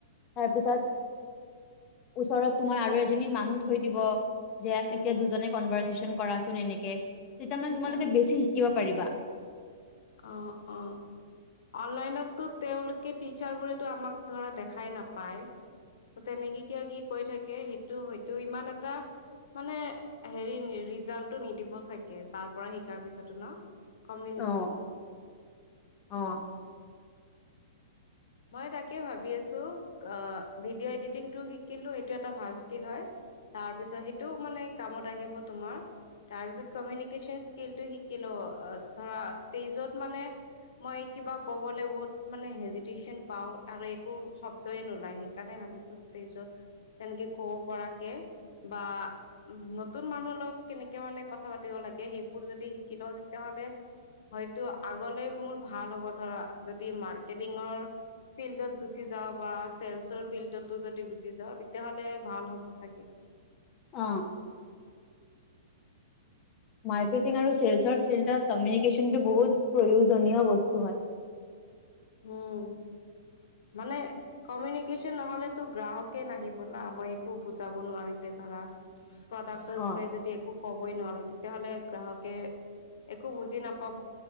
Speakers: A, on the left; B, on the left.
A: তাৰপিছত ওচৰত তোমাৰ আৰু এজনী মানুহ থৈ দিব। যে
B: উম,
A: এতিয়া দুজনে কনভাৰচেচন কৰাচোন এনেকে, তেতিয়া মানে তোমালোকে
B: উম,
A: বেছি শিকিব পাৰিবা।
B: অ অ। অনলাইনতটো তেওঁলোকে টিচাৰবোৰেটো আমাক ধৰা দেখাই নাপায়। তো তেনেকে কিয়, কি কৈ থাকে। সেইটো হয়তো ইমান এটা মানে হেৰি ৰিজাল্টটো নিদিব চাগে, তাৰপৰা শিকাৰ পিছতো ন? কমিত
A: অ' অ'।
B: মই তাকে ভাবি আছোঁ, অ' ভিডিঅ' এডিটিং টো শিকিলোঁ, সেইটো এটা ভাল স্কিল হয়। তাৰপিছত, সেইটো মানে কামত আহিব তোমাৰ। তাৰপিছত কমিউনিকেশচন স্কিলটো শিকিলোঁ ধৰা ষ্টেজত মানে মই কিবা ক'বলৈ বহুত মানে হেজি তেচন পাওঁ আৰু একো শব্দয়ে নোলাই সেইকাৰণে ভাবিছোঁ ষ্টেজত তেনেকে কব পৰা তাকে বা, নতুন মানুহৰ লগত কেনেকে মানে কথা পাতিব লাগে, সেইবোৰ যদি শিকি লওঁ, তেতিয়াহ'লে হলে হয়টো আগলে মোৰ ভাল হ'ব ধৰা যদি মৰ্কেটিক পূৰ্ণ ফিল্ডত গুচি যাওঁ বা, ছেলচৰ ফিল্ডটো যদি গুচি যাওঁ, তেতিয়াহ'লে ভাল সঁচাকে
A: আহ। মাৰ্কেটিং আৰু চেলচৰ ফিল্ডত কমিউনিকেশ্যনটো বহুত প্ৰয়োজনীয় বস্তু হয় <inaudible>
B: উম মানে কমিউনিকেশচন নহলেতো গ্ৰাহকে নাহিব ন মই একো বুজাব নোৱাৰিলে ধৰা প্ৰডাক্টৰ বিষয়ে
A: অ
B: যদি একো কবই নোৱাৰো তেতিয়াাহলে গ্ৰাহকে একো বুজি নাপাব